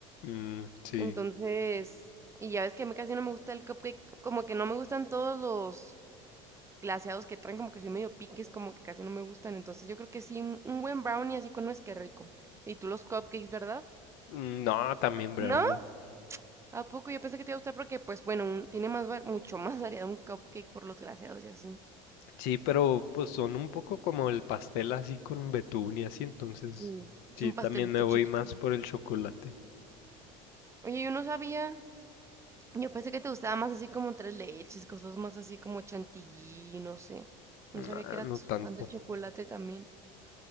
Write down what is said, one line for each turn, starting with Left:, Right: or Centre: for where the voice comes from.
Left: Mm, sí.
Right: Entonces, y ya ves que a mí casi no me gusta el cupcake, como que no me gustan todos los glaseados que traen, como que soy medio piques, como que casi no me gustan. Entonces, yo creo que sí, un, un buen brownie así con nuez, que rico. Y tú los cupcakes, ¿verdad?
Left: Mm, No, también brownies.
Right: No, ¿A poco? Yo pensé que te iba a gustar porque, pues bueno, un- tiene más, va- mucho más variedad un cupcake por los glaseados y así.
Left: Sí, pero pues son un poco como el pastel así con betún y así, entonces
Right: Sí. Es
Left: sí,
Right: un
Left: también
Right: pastelito
Left: me voy
Right: chiquito.
Left: más por el chocolate.
Right: Oye, yo no sabía. Yo pensé que te gustaba más así como tres leches, cosas más así como chantilly, no sé. No
Left: Ah,
Right: sabía que eras
Left: no tanto.
Right: fan del chocolate también.